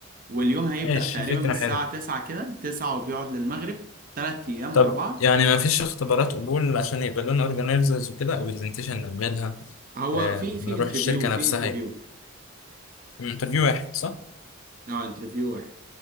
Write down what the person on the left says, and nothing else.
ماشي
فكره
حلوه
طب
يعني ما فيش اختبارات قبول عشان يبقى لنا اورجانيزرز وكده او برزنتيشن نعملها
آه،
نروح
الشركة
نفسها
يبقى انترفيو واحد صح؟